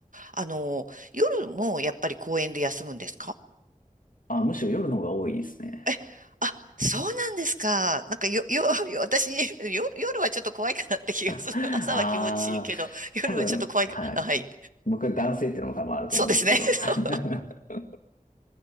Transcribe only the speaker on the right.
あの、夜もやっぱり公園で休むんですか
えあ、そうなんですか。なんかよ、よ、よ <laughs> 私、夜、夜はちょっと怖いかなって気がする。
朝は気持ちいいけど、<laughs> 夜はちょっと怖いか。
あはい。
そうですね。<laughs> そう